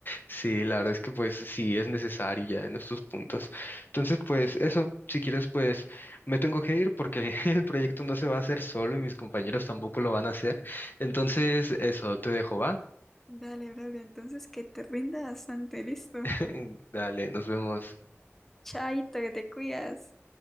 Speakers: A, on the left; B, in the centre.
A: Sí, la verdad es que pues sí es necesario ya en estos puntos. Entonces, pues eso, si quieres, pues me tengo que ir porque <laughs> el proyecto no se va a hacer solo y mis compañeros tampoco lo van a hacer. Entonces, eso, te dejo, ¿va?
B: Dale, Braulio, entonces que te rinda bastante, listo.
A: <laughs> Dale, nos vemos.
B: Chaito, que te cuidas.